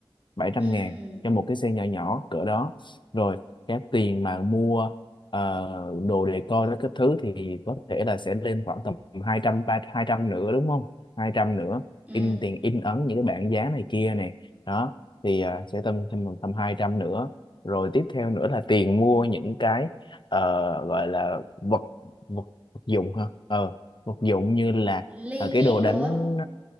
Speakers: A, on the left; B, on the right.
A: bảy trăm
B: ừ,
A: ngàn cho một cái xe nhỏ nhỏ cỡ đó rồi cái tiền mà mua ờ, đồ decor đó các thứ thì có thể là sẽ lên khoảng tầm hai trăm ba 200 nữa đúng không 200 nữa
B: ừ.
A: in tiền in ấn những cái bảng giá này kia này đó thì à, sẽ tầm thêm tầm 200 nữa rồi tiếp theo nữa là tiền mua những cái ờ, gọi là vật vật vật dụng ha ờ vật dụng như là
B: ly
A: à, cái
B: chén
A: đồ đánh
B: đồ á